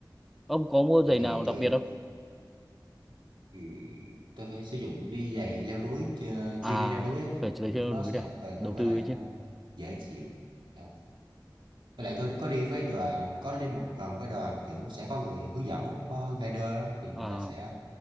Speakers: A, in the centre; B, on the right.
A: ông có mua giày
B: tôi thì
A: nào đặc
B: tôi
A: biệt không
B: ừ, tôi phải sử dụng đi giày leo núi chơ-
A: à
B: chuyên đi leo núi á
A: phải chơi
B: kiểu
A: chơi leo
B: nó
A: núi
B: sẽ
A: được
B: bền
A: đầu
B: hơn với
A: tư
B: lại
A: ấy
B: nó
A: chứ
B: dễ chịu Ờ, Với lại tôi có đi với đoàn, có đi một lần với đoàn kiểu sẽ có người hướng dẫn, á, có guider á, thì người
A: à
B: ta sẽ